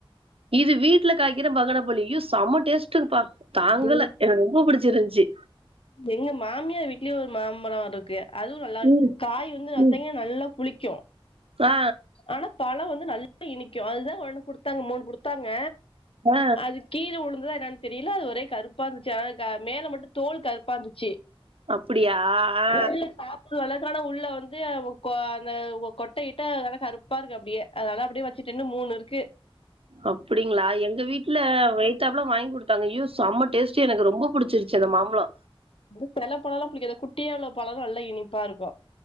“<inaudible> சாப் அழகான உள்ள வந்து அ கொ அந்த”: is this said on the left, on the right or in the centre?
Left